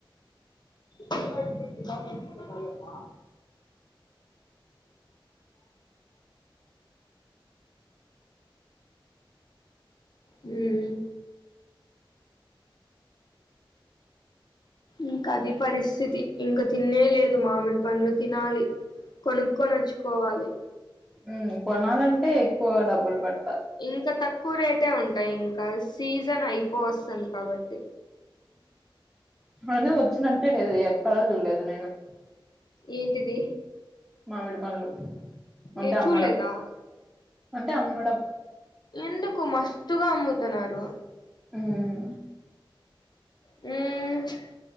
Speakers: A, on the left; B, in the centre.
A: పోదమ్మ మ్మ్ ఇంక అది పరిస్థితి ఇంక తిన్లేలేదు మామిడి పండ్లు తినాలి కొనుక్కో నొచ్చుకోవాలి
B: మ్మ్ కొనాలంటే ఎక్కువ డబ్బులు గడతా
A: ఇంకా తక్కువ రేటే ఉంటాయి ఇంకా సీజన్ అయిపో వస్తుంది కాబట్టి
B: అయినా వచ్చినట్టే లేదు ఎక్కడా చూడ్లేదు నేను
A: ఏంటిది
B: మామిడి పండ్లు అంటే
A: ఏ చూల్లేదా
B: అమ్మడం అంటే అమ్మడం
A: ఎందుకు మస్తుగా అమ్ముతున్నారు
B: మ్మ్
A: మ్మ్